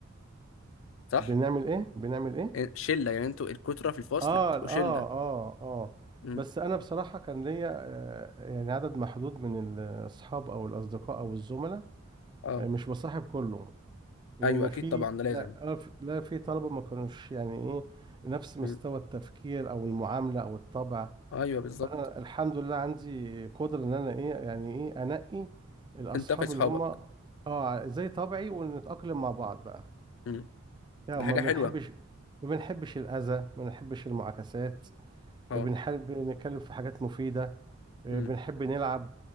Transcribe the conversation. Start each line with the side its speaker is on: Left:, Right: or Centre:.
Left: صح؟
Right: بنعمل ايه بنعمل ايه
Left: شلة يعني انتوا الكترة في الفصل
Right: اه
Left: بتبقوا
Right: اه
Left: شلة
Right: اه اه
Left: امم
Right: بس انا بصراحه كان ليا آه، يعني عدد محدود من الاصحاب او الاصدقاء او الزملاء
Left: اه
Right: آه، مش بصاحب كله لان
Left: ايوه اكيد
Right: في
Left: طبعا ده لازم
Right: لا آه، في- لا في طلبه ما كانوش يعني ايه نفس مستوى
Left: امم
Right: التفكير او المعامله او الطبع
Left: ايوه بالظبط
Right: فانا الحمد لله عندي قدره ان انا ايه يعني ايه انقي الاصحاب
Left: تنتقي صحابك
Right: اللي هم اه زي طبعي ونتاقلم مع بعض بقى
Left: امم
Right: يعني
Left: دي
Right: ما
Left: حاجة
Right: بنحبش
Left: حلوة
Right: ما بنحبش الاذى ما بنحبش المعاكسات
Left: اه
Right: بنحب نتكلم في حاجات مفيدة بنحب
Left: امم
Right: نلعب